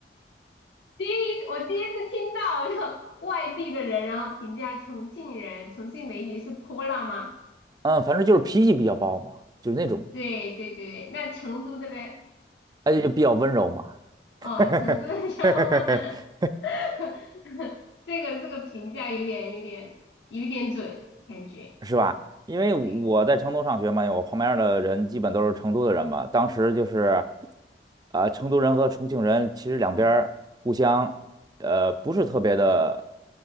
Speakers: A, on the left; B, on the right.
A: 第一，我第一次听到有外地的人，然后评价重庆人，重庆美女是泼辣吗？
B: 嗯，反正就是脾气比较暴嘛，就是那种，
A: 对对对对，那成都的嘞？
B: 而且就比较温柔嘛。
A: 哦，
B: <laughs>
A: 成都的小伙伴，<laughs> 这个这个评价有点有点有点准，感觉
B: 是吧？因为我在成都上学嘛，
A: 对，
B: 我旁边儿的人基本都是成都的人嘛。当时就是，呃，成都人和重庆人其实两边儿互相，呃，不是特别的